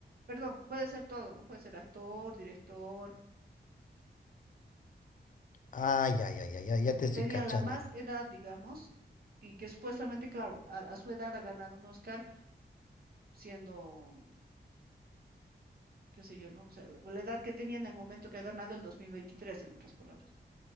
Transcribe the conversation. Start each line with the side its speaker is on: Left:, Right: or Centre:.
Right: perdón, puede ser todo, ¿no? Puede ser actor, director,
Left: Ay, ay, ay, ay, ay, ya te
Right: que
Left: estoy
Right: tenía
Left: cachando.
Right: la más edad, digamos, y que supuestamente, claro, a a su edad ha ganado un Oscar siendo, qué sé yo, ¿no? O sea, la, la edad que tenía en el momento que ha ganado el 2023, en otras palabras.